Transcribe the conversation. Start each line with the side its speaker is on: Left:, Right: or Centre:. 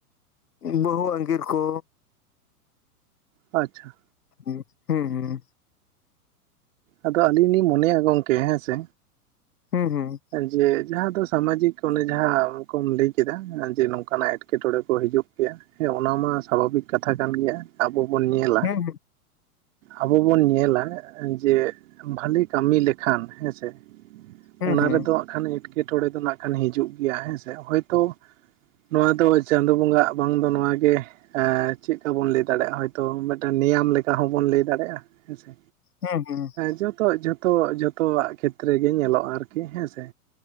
Left: ᱵᱟᱹᱦᱩ ᱟᱸᱜᱤᱨ ᱠᱚ
Right: ᱟᱪᱪᱷᱟ ᱾
Left: ᱦᱩᱸ ᱦᱩᱸ
Right: ᱟᱫᱚ ᱟᱞᱤᱧ ᱞᱤᱧ ᱢᱚᱱᱮᱭᱟ ᱜᱚᱝᱠᱮ ᱦᱮᱸ ᱥᱮ
Left: ᱦᱩᱸ ᱦᱩᱸ
Right: ᱡᱮ ᱡᱟᱦᱟᱸ ᱫᱚ ᱥᱟᱢᱟᱡᱤᱠ ᱚᱱᱮ ᱡᱟᱦᱟᱸ ᱠᱚᱢ ᱞᱟᱹᱭ ᱠᱮᱫᱟ ᱡᱮ ᱱᱚᱝᱠᱟ ᱱᱟᱜ ᱮᱴᱠᱮᱴᱚᱬᱮ ᱠᱚ ᱦᱤᱡᱩᱜ ᱜᱮᱭᱟ ᱦᱮᱸ ᱚᱱᱟ ᱢᱟ ᱥᱟᱵᱷᱟᱵᱤᱠ ᱠᱟᱛᱷᱟ ᱠᱟᱱ ᱜᱮᱭᱟ ᱾ ᱟᱵᱚ ᱵᱚᱱ ᱧᱮᱞᱟ
Left: ᱦᱮᱸ
Right: ᱟᱵᱚ ᱵᱚᱱ ᱧᱮᱞᱟ ᱡᱮ ᱵᱷᱟᱞᱮ ᱠᱟᱢᱤ ᱞᱮᱠᱷᱟᱱ ᱦᱮᱸᱥᱮ
Left: ᱦᱮᱸ
Right: ᱚᱱᱟ
Left: ᱦᱩᱸ ᱦᱩᱸ
Right: ᱨᱮᱫᱚ ᱦᱟᱸᱜ ᱠᱷᱟᱱ ᱮᱴᱠᱮᱴᱚᱬᱮ ᱫᱚ ᱱᱟᱜ ᱠᱷᱟᱱ ᱦᱤᱡᱩᱜ ᱜᱮᱭᱟ ᱦᱮᱸᱥᱮ ᱦᱚᱭᱛᱚ ᱱᱚᱣᱟ ᱫᱚ ᱪᱟᱸᱫᱚ ᱵᱚᱸᱜᱟᱜ ᱵᱟᱝ ᱫᱚ ᱱᱚᱣᱟ ᱜᱮ ᱮ ᱪᱮᱫᱠᱟ ᱵᱚᱱ ᱞᱟᱹᱭ ᱫᱟᱲᱮᱭᱟᱜᱼᱟ ᱦᱚᱭᱛᱚ ᱢᱤᱫᱴᱟᱝ ᱱᱮᱭᱟᱢ ᱞᱮᱠᱟ ᱦᱚᱸᱵᱚᱱ ᱞᱟᱹᱭ ᱫᱟᱲᱮᱭᱟᱜᱼᱟ ᱦᱮᱸᱥᱮ,
Left: ᱦᱮᱸ ᱦᱮᱸ ᱾
Right: ᱡᱚᱛᱚ ᱡᱚᱛᱚ ᱡᱚᱛᱚᱣᱟᱜ ᱠᱷᱮᱛᱨᱮ ᱜᱮ ᱧᱮᱞᱚᱜᱼᱟ ᱟᱨᱠᱤ ᱦᱮᱸ ᱥᱮ